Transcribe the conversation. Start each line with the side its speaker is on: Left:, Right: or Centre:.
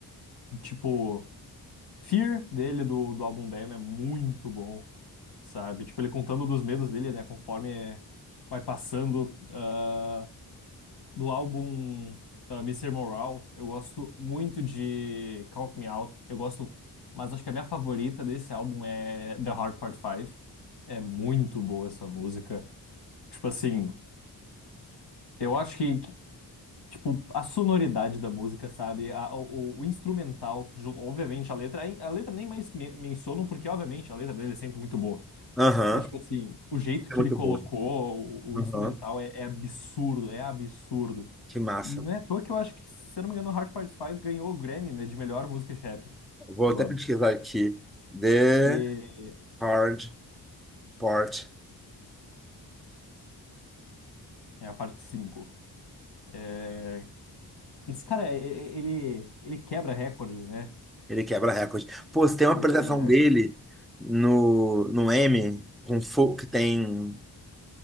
Left: Tipo, Fear dele do, do álbum Damn é muito bom. sabe? Tipo, ele contando dos medos dele, né? Conforme vai passando ah, do álbum ah, Mr. Moral, eu gosto muito de Count Me Out. Eu gosto, mas acho que a minha favorita desse álbum é The Heart Part 5. É muito boa essa música. Tipo assim, eu acho que, que, tipo, a sonoridade da música, sabe? A- o, o instrumental, ju- obviamente, a letra, a letra nem mais me menciono, porque, obviamente, a letra dele é sempre muito boa.
Centre: Aham.
Left: Eu acho que assim, o jeito
Centre: É
Left: que
Centre: muito
Left: ele colocou
Centre: bom.
Left: o, o
Centre: Aham.
Left: instrumental é, é absurdo, é absurdo.
Centre: Que massa.
Left: E não é à toa que eu acho que, se eu não me engano, o Hard Part 5 ganhou o Grammy, né, de melhor música de rap
Centre: Vou
Left: do
Centre: até
Left: ano.
Centre: pesquisar aqui. The
Left: Que
Centre: Hard Part
Left: é a parte cinco É, Esse cara, e- e- ele, ele quebra recordes, né?
Centre: Ele quebra recorde. Pô, se tem uma
Left: Ele
Centre: apresentação
Left: quebra recordes.
Centre: dele no, no M, com fogo que tem.